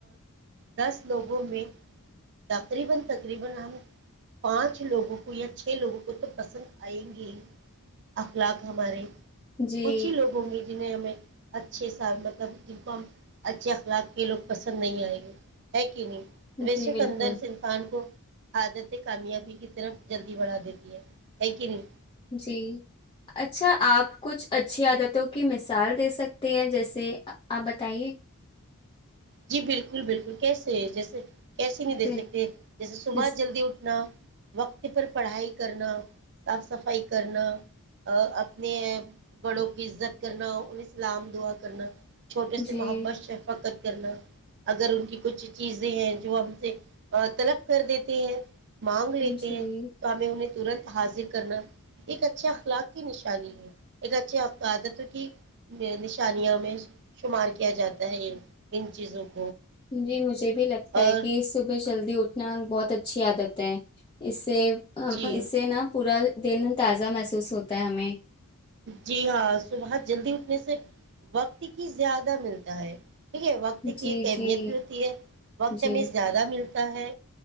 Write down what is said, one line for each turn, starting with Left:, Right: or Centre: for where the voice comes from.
Right: دس لوگوں میں تقریبا تقریبا پانچ لوگوں کو یہ اچھے لوگوں کو تو پسند آاءی گی اخلاق ہمارے
Left: جی جی
Right: کچھ ہی لوگوں کی جنہیں ہمیں اچھے سا مطلب جن کو ہم اچھے اخلاق کے لوگ پسند نہیں آئیں گے ہے کہ نہیں بشک
Left: جی بالکل
Right: اندر سے انسان کو عادت کامیابی کس طرح جلدی بڑھا دیتی ہے لیکن
Left: جی اچھا آپ کچھ اچھی عادتوں کی مثال دے سکتے ہیں جیسے آپ بتائیے
Right: جی بالکل بالکل کیسے جیسے کیسے نہیں دے
Left: جی-
Right: سکتے جیسے صبح
Left: جس
Right: جلدی اٹھنا وقت پر پڑھائی کے کرنا صاف صفائی کرنا اپنے بڑوں کی عزت کرنا انہیں سلام دعا کرنا چھوٹے سے
Left: جی
Right: محبت شفاقت کرنا اگر ان کی کچھ چیزیں ہیں جو ہم سے طلب کر دیتے ہیں مانگ لیتے
Left: جی
Right: ہیں تو ہمیں انہیں ترنت حاضر کرنا ایک اچھے اخلاق کی نشانی ہے ایک اچھے عقادت کی نشانیاوں میں شمار کیا جاتا ہے یہ ان چیزوں کو
Left: جی مجھے بھی لگتا
Right: اور
Left: ہے کہ صبح جل دی اٹھنا بہت اچھی عادت ہے اس سے
Right: جی
Left: اس سے نا پورا دن تازہ محسوس ہوتا ہے ہمیں
Right: جی ہاں صبح جلدی اٹھنے سے وقت کی زیادہ ملتا ہے ٹھیک ہے وقت کی
Left: جی
Right: ایک اہمیت
Left: جی
Right: بھی ہوتی ہے وقت
Left: جی
Right: ہمیں زیادہ ملتا تا ہے